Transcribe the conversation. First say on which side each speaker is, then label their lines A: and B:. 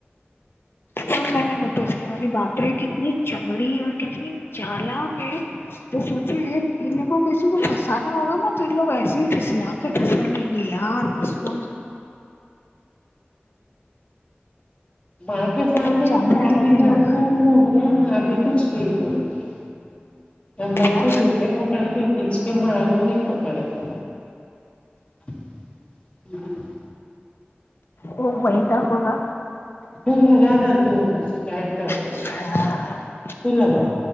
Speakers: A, on the left (about 70°); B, on the left (about 30°).
A: جب میں نے نوٹس کیا باپرے کتنی چگڑی اور کتنی چالک ہے تو سوچے ہے ان کو کسی کو پھنسانا ہوگا نا تو ان لوگ ایسے ہی پھسلا کے پھنسا لیں گے یار <unintelligible>
B: ماں کے سامنے
A: بہت چاولڑے
B: بھی کیا
A: لگے
B: بھی کرتے
A: لوگ
B: ہیں وہ لوگ یہ ماں بھی کچھ نہیں بولتی میں
A: کیا
B: تو دو یہ پکڑ کے کھیچ کے ماروں گی پکڑ کے ہ <inaudible>
A: او بیٹھا ہو گا
B: دل لگانا دوہا شکایت کیا ہے
A: <inaudible>
B: دل لگا